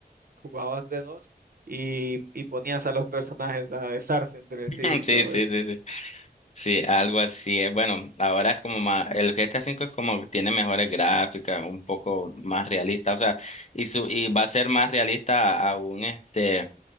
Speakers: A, on the right; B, on the left.
A: jugabas de dos y, y ponías a los personajes a besarse entre
B: <laughs>
A: sí y
B: Sí,
A: todo
B: sí,
A: eso.
B: sí, sí. Sí, algo así es. Bueno, ahora es como más, el GTA V es como que tiene mejores gráficas, un poco más realista, o sea, y su, y va a ser más realista aún este